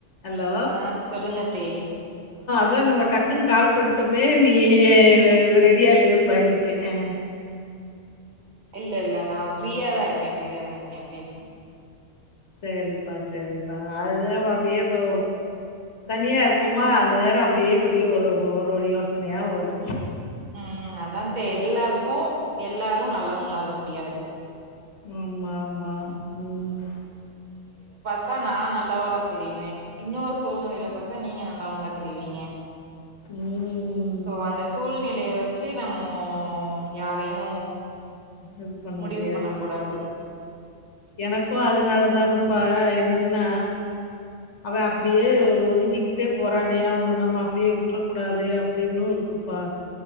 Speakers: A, on the left; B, on the right.
A: Hello.
B: ஆ சொல்லுங்க தே
A: அதா நம்ம டக்குன்னு கால் பண்ட்டோமே நீ ஆ ரெடியா இல்லயோன் பயந்துட்டே அ
B: இல்ல இல்ல நா ஃப்ரீயாதா இருக்கே ஃப்ரீயாதா இருக்கே பேசுங்க
A: செரிப்பா செரிப் அது ஒ அப்டியே இப்ப தனியா இருப்போமா அந்த நேரோ அப்டியே ஒரு ஒரு ஒரு யோசனையா வரு
B: ம் அதா த்தே எல்லார்க்கு எல்லாரு நல்லவங்களாக முடியாது
A: ஆமா ஆமா ம்.
B: ப்ப நா நல்லவலா தெரிவே இன்னொஸ் சூழ்நெலயில பாத்தா நீங்க நல்லவங்களா தெரிவீங்க
A: ம்.
B: சோ அந்த சூழ்நிலய வச் செ நம்மோ யாரையு
A: இது பண்ண
B: முடிவு
A: முடியாது
B: கூடாது
A: எனக்கு அதனாலதானப்பா என்னன்னா அவ அப்டியே ஒதுங்கிக்கிட்டே போறானே அவன நம்ம அப்டியே வுட்ற கூடாது அப்டின்னு இருக்குப்பா